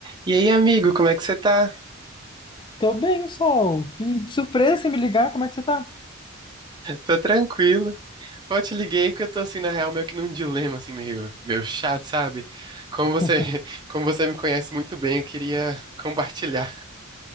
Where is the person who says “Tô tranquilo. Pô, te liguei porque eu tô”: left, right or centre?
Right